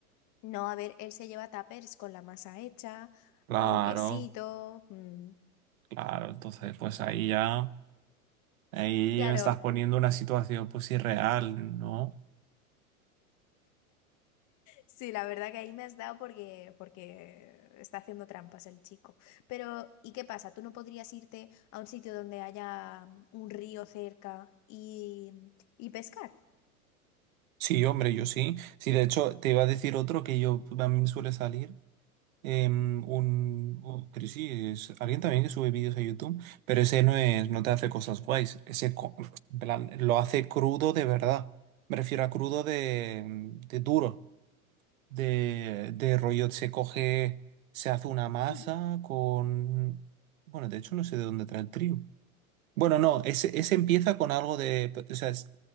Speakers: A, on the left; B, on the right.
A: No, a ver, él se lleva tapers con la masa hecha,
B: Claro,
A: con quesito. mm.
B: claro, entonces pues ahí ya, ahí
A: Claro,
B: me estás poniendo una situación pues irreal, ¿no?
A: sí, la verdad que ahí me has dado porque, porque está haciendo trampas el chico. Pero, ¿y qué pasa? ¿Tú no podrías irte a un sitio donde haya un río cerca y, y pescar?
B: Sí, hombre, yo sí. Sí, de hecho, te iba a decir otro que yo también suele salir. em, un, u- pero sí, es alguien también que sube vídeos a YouTube, pero ese no es, no te hace cosas guays, ese co- en plan, lo hace crudo de verdad. Me refiero a crudo de, mm, de duro, de, de rollo, se coge, se hace una masa
A: Mm,
B: con, bueno, de hecho no sé de dónde trae el trigo, bueno, no, ese, ese empieza con algo de, o sea, es-